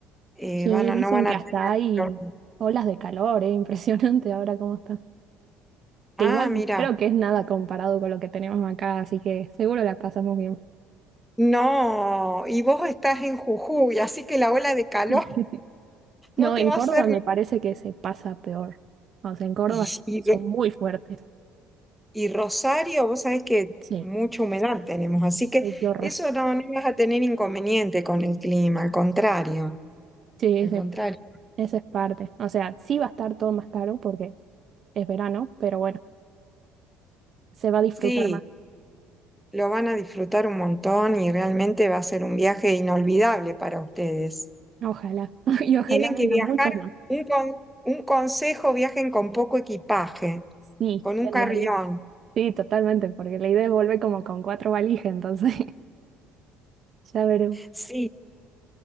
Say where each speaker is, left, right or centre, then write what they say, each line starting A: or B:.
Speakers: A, in the centre; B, on the right.
A: eh,
B: Sí,
A: van a-
B: dicen
A: no van
B: que
A: a
B: hasta
A: tener...
B: hay
A: problema.
B: olas de calor, es <laughs> impresionante ahora cómo está. Que
A: Ah,
B: igual
A: mira.
B: creo que es nada comparado con lo que tenemos acá, así que seguro la pasamos bien.
A: No, y vos estás en Jujuy, así que la ola de calor
B: <laughs> No,
A: no te
B: en
A: va
B: Córdoba
A: a hacer...
B: me parece que se pasa peor. O sea, en Córdoba
A: Y, y,
B: son muy fuertes.
A: y Rosario, vos sabés que
B: Sí.
A: mucha humedad tenemos, así que
B: Ay, qué horror.
A: eso no, no vas a tener inconveniente con el clima, al contrario,
B: Sí,
A: al
B: sí,
A: contrario.
B: esa es parte. O sea, sí va a estar todo más caro porque es verano, pero bueno, se va a disfrutar
A: Sí,
B: más.
A: lo van a disfrutar un montón y realmente va a ser un viaje inolvidable para ustedes.
B: Ojalá, <laughs> y ojalá
A: Tienen
B: vengan
A: que viajar,
B: muchos más.
A: un, con- un consejo, viajen con poco equipaje,
B: Sí,
A: con un
B: en
A: carrión.
B: realidad. Sí, totalmente, porque la idea es volver como con cuatro valijas, entonces <laughs> ya veré.
A: Sí,